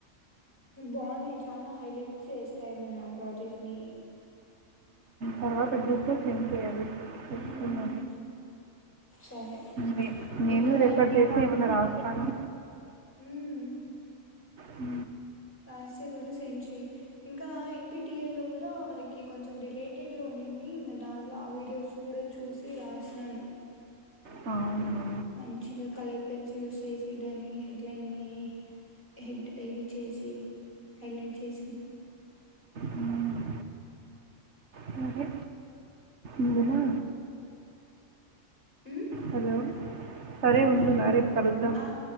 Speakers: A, on the left (about 40°); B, on the right (about 60°).
A: బాగున్నాయి చాలా హైలైట్ చేస్తాయి మన ప్రాజెక్ట్ ని
B: తర్వాత గ్రూప్ లో సెడ్ చేయ్యాలి చెకున్నా
A: హ్మ్. సరే.
B: నే నేను
A: ఇంకా
B: రెఫర్ చేస్తే ఏమన్నా రాస్తాను
A: ఉమ్
B: హ
A: లాస్ే కూడా సెండ్ చెయి ఇంకా ఎన్పిటిఎల్ లో కూడా మనకి కొంచెం రిలేటెడ్ లో ఉన్నింది ఇంకా దాంట్లో ఆ వీడియోస్ గూడా చూసి రాసినాను.
B: అవును
A: మంచిగా కలర్ పెన్స్ యూస్ చేసి దాని హెడ్లైన్ ని హెడ్ ఇది చేసి హైలైట్ చేసి
B: మ్మ్. సరే వుందునా
A: హ్మ్
B: హలో సరే ఉండు
A: హలో!
B: నారేపు కలుద్దాం
A: ఆ